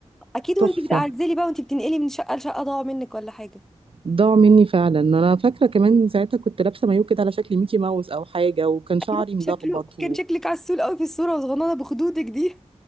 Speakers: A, in the centre; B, on the right.
A: اكيد وانتي
B: تحفه
A: بتعزلي بقى وانتي بتنقلي من شقة لشقة ضاعوا منك ولا حاجة
B: ضاعوا مني فعلا انا فاكره كمان ساعتها كنت لابسه مايو كده على شكل ميكي ماوس او حاجه وكان شعري
A: ايوه
B: ملخبط
A: شكله كان شكلك عسول قوي في الصورة وصغننة بخدودك دي